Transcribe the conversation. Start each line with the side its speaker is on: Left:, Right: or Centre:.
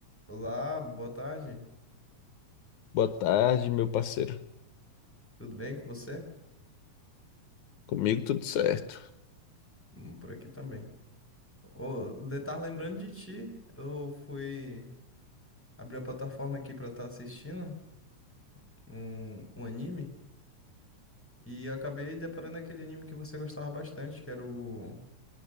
Centre: Olá, boa tarde.
Left: Boa tarde, meu parceiro.
Centre: Tudo bem com você?
Left: Comigo tudo certo.
Centre: Hum, Por aqui também. Ô, le- tava lembrando de ti. Eu fui abrir a plataforma aqui pra estar assistindo um, um anime e eu acabei deparando aquele anime que você gostava bastante, que era o